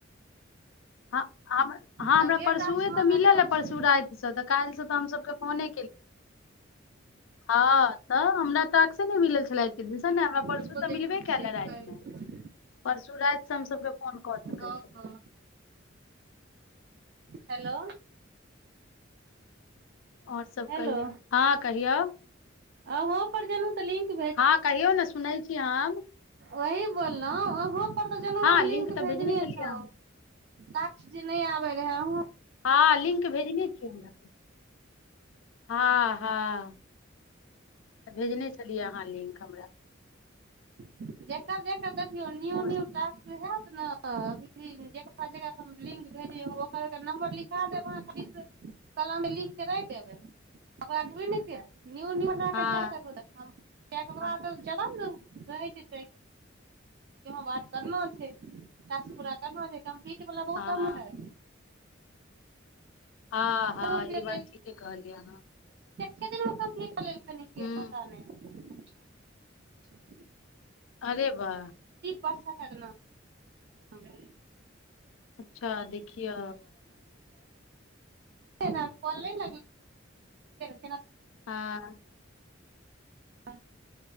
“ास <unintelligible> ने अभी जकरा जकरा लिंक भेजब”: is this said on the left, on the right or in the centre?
Right